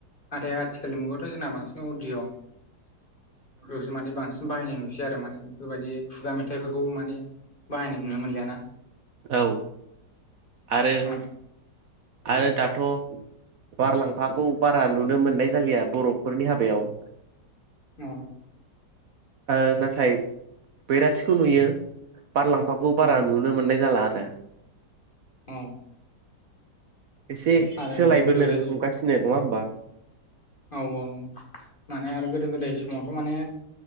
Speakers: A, on the left; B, on the right.
A: नाथाय आथिखालनि मुगायावथ' जोंना बांसिन अदिअ' । माने बांसिन बाहायनाय नुसै आरो माने बेफोरबायदि खुगा मेथाइफोरखौबो माने बाहायनाय नुनो मोनलियाना ।
B: औ आरो
A: औ
B: आरो दाथ' बारलांफाखौ बारा नुनो मोननाय जालिया बर'फोरनि हाबायाव
A: औ
B: ओ नाथाय बैराथिखौ नुयो बारलांफाखौ
A: औ
B: बारा नुनो मोननाय जाला आरो । दा
A: औ
B: एसे
A: आरो
B: सोलायबोनो
A: गोदो गोदाय
B: हमगासिनो नङा होमबा?
A: औ औ नंगौ माने आरो गोदो गोदाय समावथ' माने